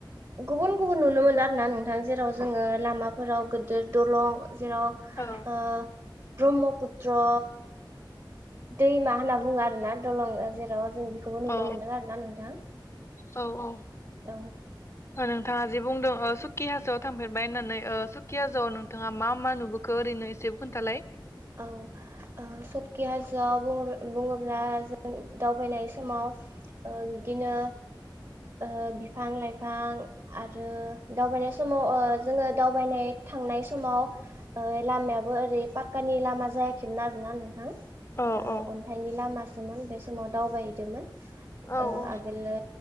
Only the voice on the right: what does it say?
गुबुन गुबुन नुनो मोनदों आरो ना नोंथां जेराव जोङो लामाफोराव गोदोर दलं जेराव
ओ ब्रह्मपुत्र दैमा होनना बुङो आरो ना दलं ओ जेराव जों बेखौबो नुनो
मोनदों आरो ना नोंथां
औ
औ ओ सकि हाजोआव बुङो-बुङोब्ला जों दावबायनाय समाव ओ बिदिनो ओ बिफां लाइफां आरो दावबायनाय समाव ओ जोङो दावबायनाय थांनाय सम समाव ओ लामायाबो ओरै पाक कानि लामा जायाखैमोन आरोना नोंथां
ओ
अन्थाइनि लामासो <unintelligible> बे समाव दावबायहैदोंमोन
ओ
आगोलो